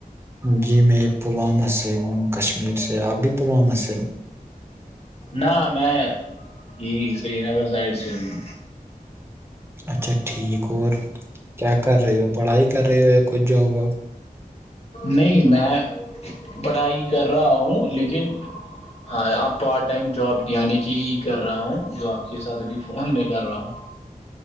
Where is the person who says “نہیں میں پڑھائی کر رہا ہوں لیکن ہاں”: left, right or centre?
Left